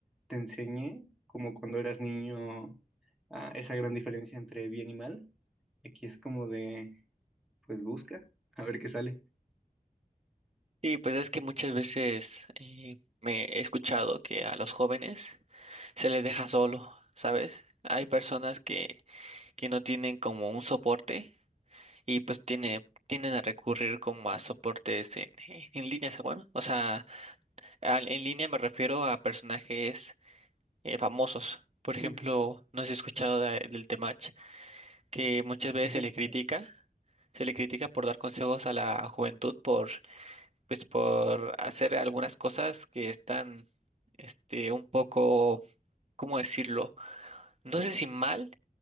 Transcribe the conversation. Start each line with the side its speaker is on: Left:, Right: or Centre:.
Centre: te enseñe como cuando eras niño ah, esa gran diferencia entre bien y mal. Aquí es como de, pues busca, a ver qué sale.
Right: Y pues es que muchas veces eh, me he escuchado que a los jóvenes se les deja solo, ¿sabes? Hay personas que, que no tienen como un soporte y pues tiene, tienden a recurrir como a soportes en, en, en líneas, bueno, o sea, al- en línea me refiero a personajes eh, famosos. Por ejemplo,
Centre: Ujú.
Right: no sé si has escuchado de- del Temach, que muchas
Centre: <laughs>
Right: veces se le critica,
Centre: Sí,
Right: se le critica por dar consejos a la juventud, por, pues, por hacer algunas cosas que están, este, un poco, ¿cómo decirlo? No sé si mal,